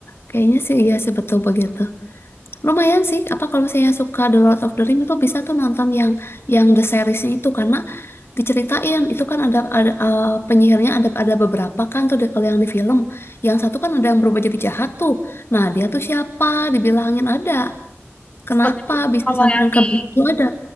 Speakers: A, on the left (about 60°); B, on the left (about 25°).
A: kayaknya sih iya sih betul begitu Lumayan sih, apa kalau misalnya suka The Lord of the Rings itu bisa tuh nonton yang yang the seriesnya itu karena diceritain itu kan ada ada eh, penyihirnya ada ada beberapa kan tuh deh kalau yang di film. Yang satu kan ada yang berubah jadi jahat tuh. Nah, dia tuh siapa? Dibilangin ada. Kenapa
B: Oh, tapi
A: bisa
B: kalau
A: sampai
B: yang di
A: ke itu ada?